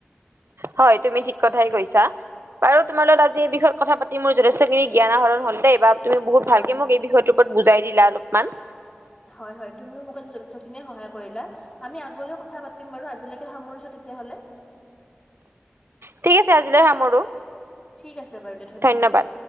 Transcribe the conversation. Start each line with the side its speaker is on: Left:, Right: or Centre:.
Right: হয় তুমি ঠিক কথাই কৈছা বাৰু তোমাৰ লগত আজি এই বিষয়ত কথা পাত তি মোৰ যথেষ্ট খিনি জ্ঞান আহৰণ হল দেই বা তুমি বহুত
Left: হয়
Right: ভালকে মোক এই বিষয়টোৰ ওপৰত বুজাই দিলা অলপমান
Left: হয় হয় তুমিও মোক আজি যথেষ্টখিনিয়ে সহায় কৰিলা আমি আগলৈ কথা পাতিম বাৰু আজিলৈকে সামৰিছো তেতিয়াহ'লে
Right: ঠিক আছে আজিলৈ সামৰো
Left: ঠিক আছে বাৰু দে
Right: ধন্যবাদ